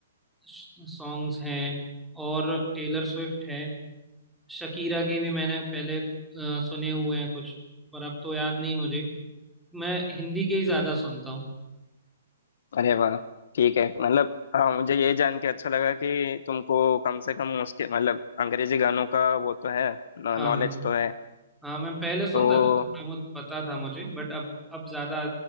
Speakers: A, in the centre; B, on the left.
A: सॉन्ग्स हैं और टेलर स्विफ्ट है शकीरा के भी मैंने पहले अ, सुने हुए हैं कुछ पर अब तो याद नहीं मुझे मैं हिंदी के ही ज्यादा सुनता हूँ
B: अरे वाह ठीक है मतलब हाँ मुझे ये जान के अच्छा लगा कि तुमको कम से कम उसके मतलब अंग्रेजी गानों का वो तो है
A: हाँ
B: नॉलेज
A: हाँ
B: तो है
A: हाँ मैं पहले सुनता
B: तो
A: था थोड़ा बहुत पता था मुझे बट अब अब ज्यादा